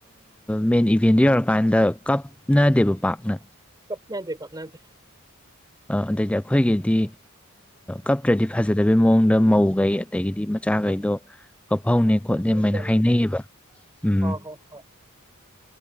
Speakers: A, in the centre; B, on the right (about 20°).
A: ꯃꯦꯟ ꯏꯚꯦꯟꯗꯨꯣ ꯌꯧꯔꯀꯥꯟꯗ ꯀꯞꯅꯗꯦꯕ ꯄꯥꯛꯅ
B: ꯄꯠꯅꯗꯦ ꯄꯠꯅꯇꯦ
A: ꯑꯗꯩꯗꯤ ꯑꯩꯈꯣꯏꯒꯤꯗꯤ ꯀꯞꯇ꯭ꯔꯗꯤ ꯐꯖꯗꯕꯩ ꯃꯑꯣꯡꯗ ꯃꯧꯈꯩ ꯑꯗꯒꯤꯗꯤ ꯃꯆꯥ ꯆꯥꯒꯩꯗꯣ ꯀꯞꯐꯧꯅꯦ ꯈꯣꯠꯂ
B: ꯀꯞꯅꯩꯗꯅ
A: ꯑꯗꯨꯥꯏꯅ ꯍꯥꯏꯅꯩꯌꯦꯕ ꯎꯝ
B: ꯍꯣꯏ ꯍꯣꯏ ꯍꯣꯏ